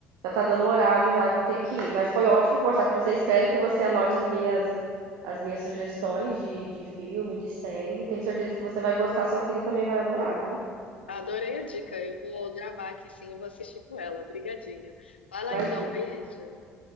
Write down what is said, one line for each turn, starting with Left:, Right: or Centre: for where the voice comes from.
Right: Já tá dando o horário já, eu vou ter que ir. Mas foi ótimo conversar com você. Espero que você anote as minhas, as minhas sugestões de, de filme, de série. Tenho certeza que você vai gostar, sua filha também vai adorar, viu?
Left: Adorei a dica. Eu vou gravar aqui sim, eu vou assistir com ela. Obrigadinho. Vai lá
Right: Imagina.
Left: então, beijo.